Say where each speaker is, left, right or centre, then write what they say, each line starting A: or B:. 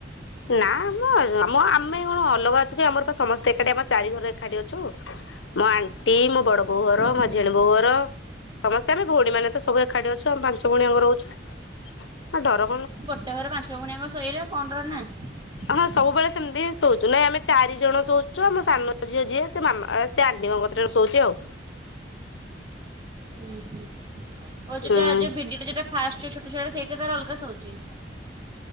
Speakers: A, on the left; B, on the right.
A: ନା ଆମ ଆମ ଆମେ କଣ ଅଲଗା ଅଛୁ କି? ଆମର ସମସ୍ତେ ଏକାଠି ଆମ ଚାରି ଘର ଏକାଠି ଅଛୁ। ମୋ ଆଣ୍ଟି ମୋ ବଡ ବୋଉ ଘର।
B: ହୁଁ
A: ମୋ <unintelligible> ବଉ
B: ହୁଁ
A: ଘର। ସମସ୍ତେ ଆମେ ଭଉଣୀ ମାନେ ତ ସବୁ ଏକାଠି ଅଛୁ। ଆମ ପାଞ୍ଚ ଭଉଣୀ ଆମର ଅଛୁ। ହ ଡର।
B: ଗୋଟେ ଘରେ ପାଞ୍ଚ ଭଉଣୀ ଆମେ ଶୋଇଲେ କଣ ଡର ଲା
A: ହଁ ସବୁବେଳେ ସେମିତି ଶୋଉଛୁ ନାଇଁ ଆମେ ଚାରି ଜଣ ଶୋଉଛୁ ଆମ ସାନ ଝିଅ ିଅ ସେ ମାମା ସେ ଆଣ୍ଟିଙ୍କ କଥା ଶୋଉଛି ଆଉ।
B: ହୁଁ ହୁଁ ଓ ଯେଟା
A: ହୁଁ
B: ଯଉ ଭିଡିଓା ଯେଟା ଫାଷ୍ଟୁ ଛୋଟ ଛୋଟ ଥିଏଟର ତର ଅଲଗା ସହୁଛି।